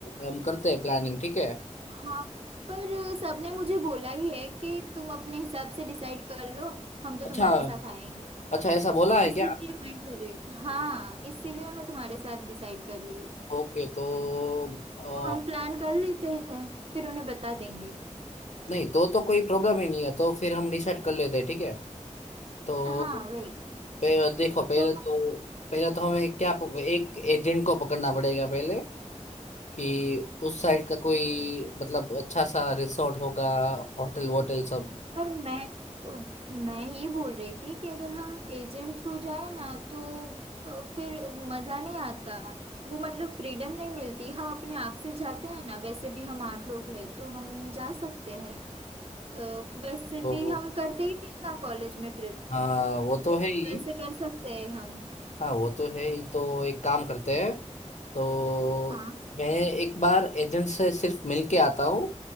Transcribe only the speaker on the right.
हाँ पर सबने मुझे बोला ही है कि तुम अपने हिसाब से डिसाइड कर लो हम तो
तुम्हारे साथ आएंगे
इसीलिए
मैं कर रही हूँ हाँ इसीलिए मैं तुम्हारे साथ डिसाइड कर रही हूँ
तो हम प्लान कर लेते हैं फिर उन्हें बता देंगे
हाँ वही
तो
पर मैं मैं ये बोल रही थी कि अगर हम एजेंट थ्रू जाए ना तो अ, फिर मज़ा नहीं आता वो मतलब फ्रीडम नहीं मिलती हम अपने आप से जाते हैं ना वैसे भी हम आठ लोग हैं तो हम जा सकते हैं अ, वैसे
भी हम करते ही थे ना कॉलेज में ट्रिप
तो
वैसे कर सकते हैं हम
हाँ